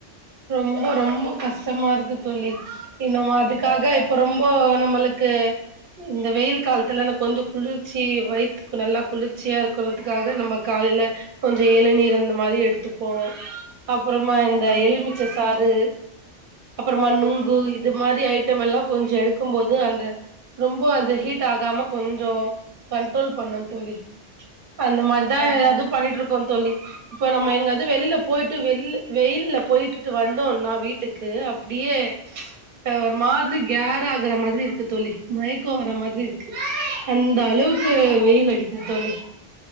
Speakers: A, on the right; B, on the left.
A: ரொம்ப ரொம்ப கஷ்டமாயிருக்கு தோழி நம்ம அதுக்காக
B: அ
A: இப்ப
B: அ
A: ரொம்போ நம்மளு க்கு இந்த வெயில் காலத்துல கொஞ்சோ குளிர்ச்சி வயித்துக்கு நல்லா குளிர்ச்சியா இருக்குறத்துக்காக நம்ம காலையில கொஞ்சோ எளநீர் அந்த மாரி எடுத்துப்போ அப்புறமா இந்த
B: ம்ஹூம்
A: எலுமி ச்ச சாறு அப்புறமா
B: அ
A: நுங்கு இ து மாரி ஐட்டமெல்லா கொஞ்சோ எடுக்குமோது அந்த ரொம்ப அந்த ஹீட் ஆகாம கொஞ்சோ கண்ட்ரோல் பண்ணோ தோழி அந்த மாரிதா
B: ஆஹா
A: எதாவது பண்ணிட்டு இருப் பாங்க தோலி இப்ப நம்ம எங்கயாது வெளியில போயிட்டு வெயில் வெயில்ல போயிட் டு வந்தோனா வீட்டுக்கு அப்டியே ஒரு மாதிரி கேரா ஆகுறா மாதிரியிருக்கு தோலி மயக்கோ வரா மாதிரியிருக்கு அந்த அளவுக்கு
B: ஆ
A: வெயில் அடிக்குது தோலி